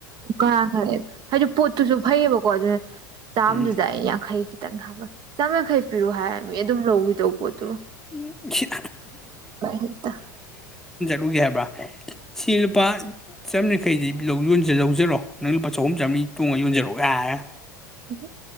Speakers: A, on the right (about 45°); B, in the centre.
A: ꯀꯅꯥ ꯈꯪꯅꯤ ꯍꯥꯏꯗꯤ ꯄꯣꯠꯇꯨꯁꯨ ꯐꯩꯌꯦꯕꯀꯣ ꯑꯗꯨꯅ
B: ꯎꯝ
A: ꯆꯥꯝꯗꯨꯗ ꯌꯥꯡꯈꯩ ꯈꯤꯇꯪ ꯍꯥꯏꯕ ꯆꯥꯝꯃꯌꯈꯩ ꯄꯤꯔꯣ ꯍꯥꯏꯔꯃꯤ ꯑꯗꯨꯝ ꯂꯧꯈꯤꯗꯧꯕ ꯄꯣꯠꯇꯣ
B: ꯎꯝ ꯍꯤ
A: ꯍꯦꯛꯇ
B: ꯍꯤ <unintelligible> ꯁꯤ ꯂꯨꯄꯥ ꯆꯥꯝꯔꯤꯖꯪꯈꯩꯗꯤ ꯂꯧꯖꯔꯣ ꯅꯪ ꯂꯨꯄꯥ ꯆꯍꯨꯝ ꯆꯥꯝꯃꯔꯤ ꯇꯣꯡꯉꯒ ꯌꯣꯟꯖꯔꯣ ꯒꯥꯏꯅ
A: ꯎꯝ ꯍꯨꯝ